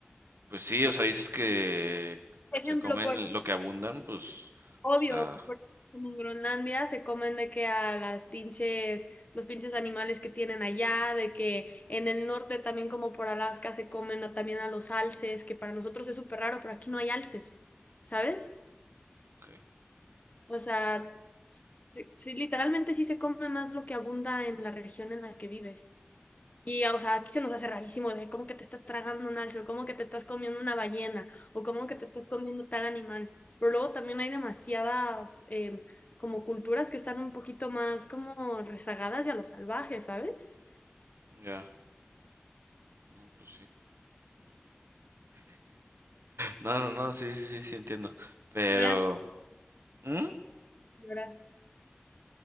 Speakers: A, on the right; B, on the left.
A: Pues sí, o sea, dices que
B: Ejemplo,
A: se comen
B: por
A: lo que abundan, pues,
B: Obvio,
A: o sea,
B: pues por- como en Groenlandia se comen de que a las pinches, los pinches animales que tienen allá, de que en el norte también como por Alaska se comen a- también a los alces, que para nosotros es súper raro, pero aquí no hay alces, ¿sabes?
A: ok,
B: O sea, sí, sí, literalmente sí se come más lo que abunda en la región en la que vives. Y, o sea, aquí se nos hace rarísimo de cómo que te estás tragando un alce, o cómo que te estás comiendo una ballena, o cómo que te estás comiendo tal animal. Pero luego también hay demasiadas em, como culturas que están un poquito más como rezagadas y a lo salvaje, ¿sabes?
A: ya, no, pues sí. No, no, no, sí, sí, sí, sí entiendo. Pero,
B: Llorar,
A: ¿Mm?
B: llorar.